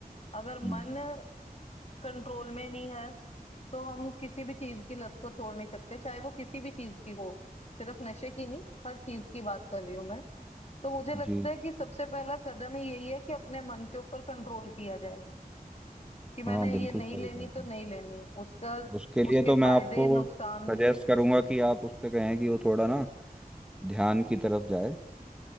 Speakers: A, on the left; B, in the centre.
A: अगर
B: हम्म
A: मन कंट्रोल में नहीं है तो हम किसी भी चीज की लत को छोड़ नहीं सकते चाहे वो किसी भी चीज की हो सिर्फ नशे की नहीं हर चीज की बात कर रही हूँ मैं तो मुझे लगता
B: जी
A: है कि सबसे पहला कदम ही यही है कि अपने मन के ऊपर कंट्रोल किया जाए कि मैंने
B: हाँ बिल्कुल
A: ये नहीं
B: सही
A: लेनी
B: बात
A: तो
B: है
A: नहीं लेनी उसका
B: उसके लिए
A: उसके
B: तो मैं
A: फायदे
B: आपको
A: नुकसान
B: सजेस्ट करूंगा कि आप उससे कहें कि वो थोड़ा ना ध्यान की तरफ जाए